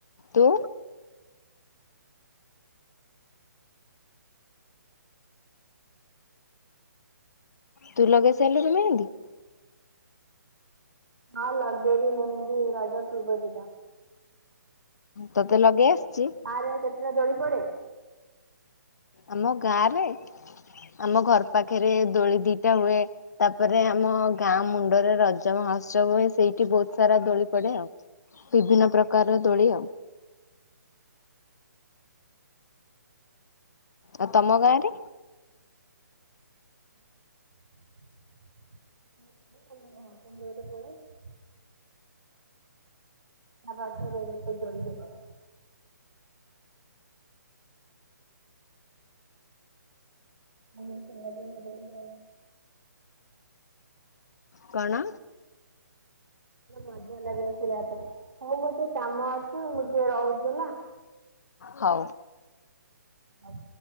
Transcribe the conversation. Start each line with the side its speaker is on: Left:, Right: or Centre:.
Left: ତୁ? ତୁ ଲଗେଇ ସାରିଲୁଣି ମେହେନ୍ଦି?
Right: ହଁ ଲଗେଇଵି ମେହେନ୍ଦି ରଜ ପୁର୍ବ ଦିବା।
Left: ତତେ ଲଗେଇ ଆସୁଚି?
Right: ଆରେ ଏ ଡେବେ୍ ତମର ଦେଳି ପଡେ?
Left: ଆମ ଗାଁ ରେ ଆମ ଘର ପାଖରେ ଦୋଳି ଦିଟା ହୁଏ। ତାପରେ ଆମେ ଗାଁ ମୁଣ୍ଡରେ ରଜ ମହୋସ୍ଛବ ସେଇଠି ବହୁତ ସାରା ଦୋଳି ପଡେ ଆଉ। ବିଭିନ୍ନ ପ୍ରକାରର ଦୋଳି ଆଉ। ଆଉ ତମ ଗାଁରେ?
Right: ହ <inaudible> <inaudible> ତା ପାଖରେ ଗୋଟେ ଦେଳି ହେବ। ଇଏ ସୁଦର। ହୁଁ ହଁ ହୁଁ।
Left: କଣ।
Right: ମଜା ଲାଗେ ଖେଳିଵା ପାଇଁ ହଉ ମୋର ଟିକେ କାମ ଅଛି ମୁଁ ଟିକଏ ରହୁଚି ହେଲା।
Left: ହଉ।
Right: ଆଉ।